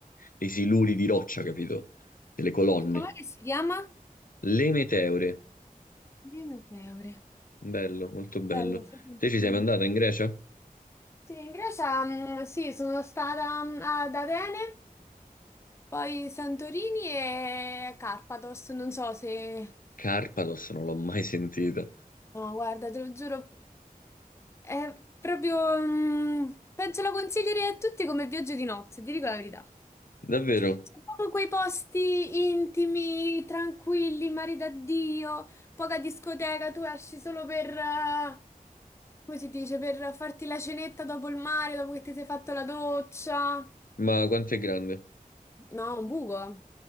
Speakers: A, on the left; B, on the left.
A: dei siluri di roccia, capito? Delle colonne.
B: E com'è che si chiama?
A: Le meteore.
B: Dimmi che ore.
A: Bello, molto bello.
B: Bello, fighissimo.
A: Te ci sei mandato in Grecia?
B: Sì, in Grecia, mm, sì, sono stata mm, ad Atene, poi Santorini e Carpados, non so se...
A: Carpados non l'ho mai <laughs> sentita.
B: No, guarda, te lo giuro, è proprio... mm, penso lo consiglierei a tutti come viaggio di nozze, ti dico la verità.
A: Davvero?
B: C'è proprio quei posti intimi, tranquilli, mari da Dio, poca discoteca, tu esci solo per... eh, come si dice? Per farti la cenetta dopo il mare, dopo che ti sei fatto la doccia.
A: Ma quanto è grande?
B: No, un buco. eh.